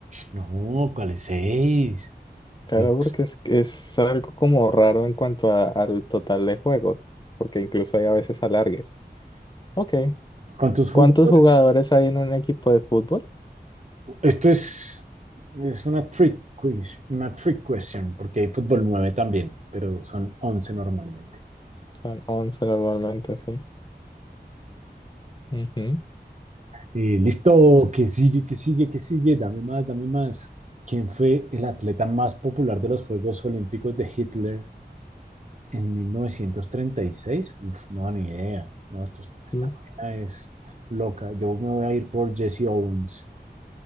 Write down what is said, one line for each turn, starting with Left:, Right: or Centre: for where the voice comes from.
Right: no, ¿cuál es seis?
Left: Claro,
Right: Dios.
Left: porque es, es algo como raro en cuanto a- al total de juegos, porque incluso hay a veces alargues. Ok.
Right: ¿Cuántos
Left: ¿Cuántos
Right: jugadores?
Left: jugadores hay en un equipo de fútbol?
Right: Esto es, es una trick quiz, una trick question, porque hay fútbol 9 también, pero son 11 normalmente.
Left: Son 11 normalmente, sí. Ujú.
Right: Eh, listo, que sigue, que sigue, que sigue, dame más, dame más. ¿Quién fue el atleta más popular de los Juegos Olímpicos de Hitler en 1936? Uf, no, ni idea. No, esto, esta
Left: Mm,
Right: vaina es loca. Yo me voy a ir por Jesse Owens,